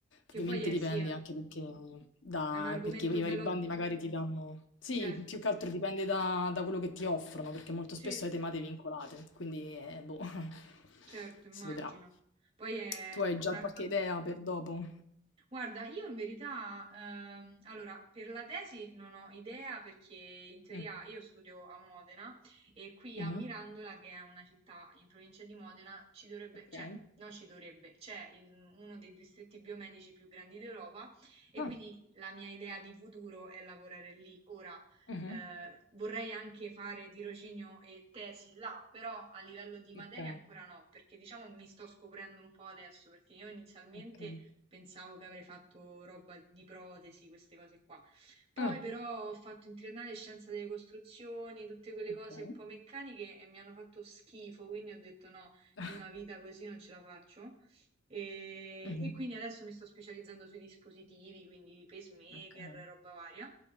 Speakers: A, on the right; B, on the left.
A: Che
B: Ovviamente
A: poi è,
B: dipende
A: sì, è
B: anche perché da
A: è un argomento
B: perché i vari
A: bello,
B: bandi magari ti danno sì,
A: certo.
B: più che altro dipende da, da quello che ti offrono, perché molto
A: Sì.
B: spesso hai temate vincolate, quindi eh, boh,
A: Certo,
B: <laughs>
A: immagino.
B: si vedrà.
A: Poi è
B: Tu
A: un
B: hai già
A: ar-
B: qualche idea per dopo?
A: Guarda, io in verità, ehm, allora, per la tesi non ho idea perché in teoria
B: Mm,
A: io studio a Modena e qui
B: mhm,
A: a Mirandola, che è una città in provincia di Modena, ci dovrebbe,
B: Ok.
A: cioè, no, ci dovrebbe, c'è il- uno dei distretti biomedici più grandi d'Europa e
B: Ah,
A: quindi la mia idea di futuro è lavorare lì. Ora,
B: mhm,
A: Eh, vorrei anche fare tirocinio e tesi là, però a livello di materia
B: Ok,
A: ancora no, perché diciamo mi sto scoprendo un po' adesso, perché io inizialmente
B: ok.
A: pensavo che avrei fatto roba di protesi, queste cose qua. Poi
B: Ah,
A: però ho fatto in triennale scienza delle costruzioni, tutte quelle
B: ok.
A: cose un po' meccaniche e mi hanno fatto schifo, quindi ho detto no,
B: <laughs>
A: io una vita così non ce la faccio. E,
B: Mhm,
A: e quindi adesso mi sto specializzando sui dispositivi, quindi pacemaker,
B: Ok.
A: roba varia.